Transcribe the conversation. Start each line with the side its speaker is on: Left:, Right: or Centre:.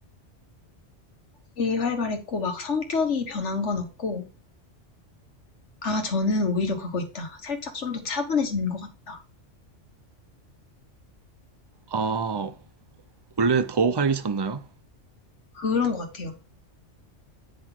Left: 이 활발했고 막 성격이 변한 건 없고 아 저는 오히려 그거 있다. 살짝 좀 더 차분해지는 것 같다.
Right: 아, 원래 더 활기찼나요?
Left: 그런 것 같아요.